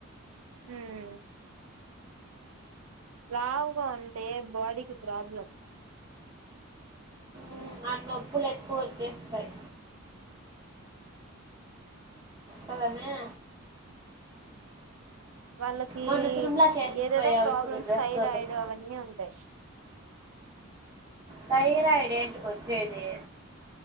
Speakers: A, on the right; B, on the right.
A: ఉమ్ లావుగా ఉంటే బాడీకి ప్రాబ్లం
B: ఉమ్, ఆ నొప్పులు ఎక్కువొచ్చేస్తాయి కదనేే
A: వాళ్ళకి
B: మొన్న తిరుమలకి వేసిపోయావు
A: ఏదేదో ప్రాబ్లమ్స్
B: చూడు డ్రెస్
A: థైరాయిడ్
B: ఒకటి
A: అవన్నీ ఉంటాయి
B: థైరయిడ్ ఏంటి కొ వచ్చేది